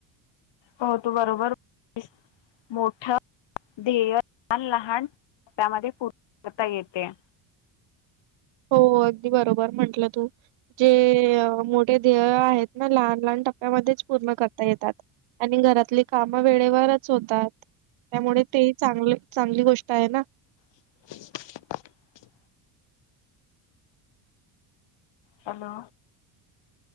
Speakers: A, on the left (about 60°); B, on the right (about 70°).
A: हो तू बरोबर इनौडिबल स मोठ इनौडिबल ध्येय इनौडिबल लहान त्यामध्ये इनौडिबल येते
B: हो अगदी बरोबर म्हंटलं तू जे मोठे ध्येय आहेत ना लहान लहान टप्प्यामध्येच पूर्ण करता येतात. आणि घरातली कामं वेळेवरच होतात त्यामुळे ते चांगलं चांगली गोष्ट आहे ना.
A: <unintelligible> हॅलो